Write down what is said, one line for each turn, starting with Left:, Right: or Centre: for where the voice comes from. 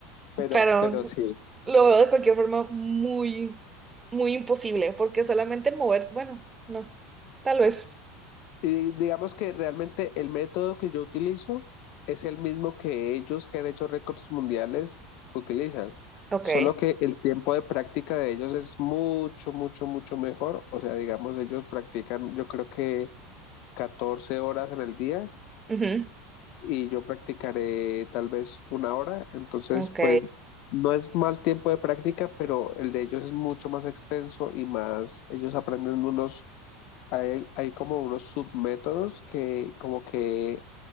Left: Pero,
Right: pero
Left: pero sí.
Right: lo veo de cualquier forma muy, muy imposible, porque solamente mover, bueno, no, tal vez.
Left: Y digamos que realmente el método que yo utilizo es el mismo que ellos que han hecho récords mundiales utilizan,
Right: Ok,
Left: solo que el tiempo de práctica de ellos es mucho, mucho, mucho mejor. O sea, digamos, ellos practican yo creo que 14 horas en el día
Right: ujú,
Left: y yo practicaré tal vez una hora, entonces
Right: ok,
Left: pues no es mal tiempo de práctica, pero el de ellos es mucho más extenso y más, ellos aprenden unos hay, hay como unos submétodos que como que